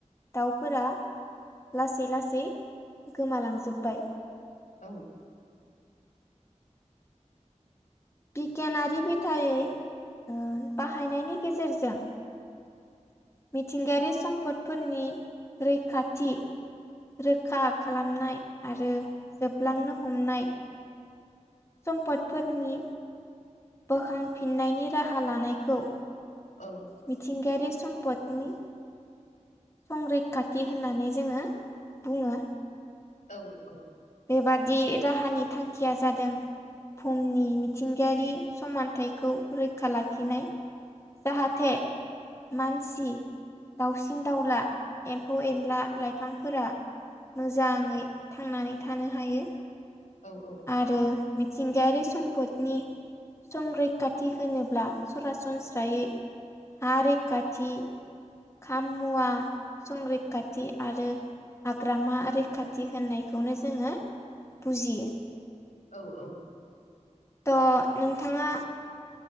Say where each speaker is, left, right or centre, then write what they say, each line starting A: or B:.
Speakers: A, on the left; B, on the left.
A: दाउफोरा लासै लासै गोमालांजोबबाय।
B: <inaudible>
A: बिगियानारि ओ बिथायनि गेज्रजों बाहायनायनि गेजेरजों मिथिंगायारि सम्पदफोरनि रैखाथि रोखा खालामनाय आरो जोबलांनो हमनाय सम्पदफोरनि बोखांफिन्नायनि राहा लानायखौ
B: औ
A: मिथिंगायारि सम्पदनि संरैखाथि होननानै जोङो बुङो
B: औ औ
A: बेबादि राहानि थांखिया जादों बुहुमनि मिथिंगायारि समानथाइखौ रैखा लाखिनाय जाहाथे मानसि दावसिन दाउला एम्फौ एनला लाइफांफोरा मोजाङै थांनानै थानो हायो।
B: औ औ
A: आरो मिथिंगायारि सम्पदनि संरैखाथि होनोब्ला सरासनस्रायै हा रैखाथि खाम मुवा संरैखाथि आरो हाग्रामा रैखाथि होननायखौनो जोङो बुजियो
B: औ औ
A: त' नोंथाङा